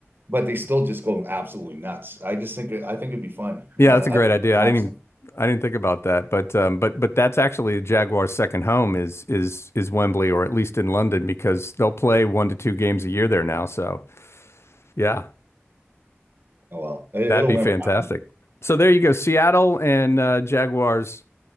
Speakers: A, on the right; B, on the left.
A: but they still just go absolutely nuts. I just think I think it'd be fun.
B: Yeah,
A: Uh,
B: that's a great idea.
A: absolutely.
B: I didn't even I didn't think about that, but um, but but that's actually Jaguar's second home is is is Wembley or at least in London because they'll play one to two games a year there now. So yeah,
A: Oh well, it,
B: that'd
A: it'll
B: be
A: never
B: fantastic.
A: happen.
B: So there you go, Seattle and uh, Jaguars